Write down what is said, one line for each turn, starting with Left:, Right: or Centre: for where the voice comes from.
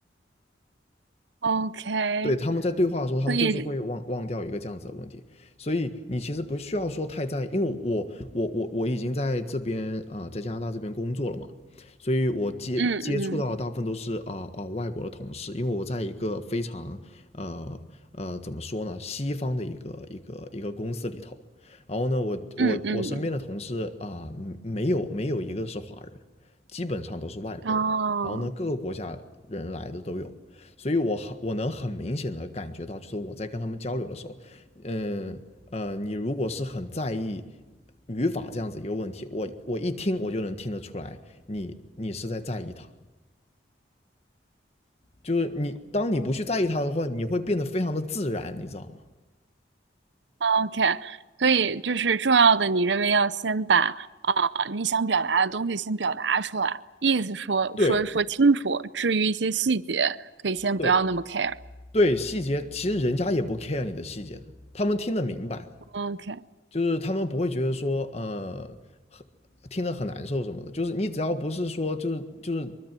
Right: ，OK，
Left: 对，他们在对话的时候，他们就是会忘忘掉一个这样子的问题，
Right: 所以，
Left: 所以你其实不需要说太在意，因为我我我我已经在这边啊、呃在加拿大这边工作了嘛，所以我接接触到的大部分都是啊啊、
Right: 嗯嗯
Left: 呃呃外国的同事，因为我在一个非常呃呃怎么说呢，西方的一个一个一个公司里头，然后呢，我我我身边的同事啊、
Right: 嗯嗯，
Left: 嗯没有没有一个是华人，基本上都是外国人，
Right: 哦
Left: 然后呢，各个国家人来的都有，所以我很我能很明显的感觉到，就是我在跟他们交流的时候，嗯呃，呃你如果是很在意语法这样子一个问题，我我一听我就能听得出来你，你你是在在意它，就是你当你不去在意它的话，你会变得非常的自然，你知道吗？
Right: ，OK，所以就是重要的，你认为要先把啊、你想表达的东西先表达出来，意思说说说清楚，
Left: 对
Right: 至于一些细节，可以先不要那么
Left: 对
Right: care。
Left: 对，细节其实人家也不 care 你的细节的，他们听得明白的。
Right: OK，
Left: 就是他们不会觉得说，呃，很听得很难受什么的。就是你只要不是说，就是就是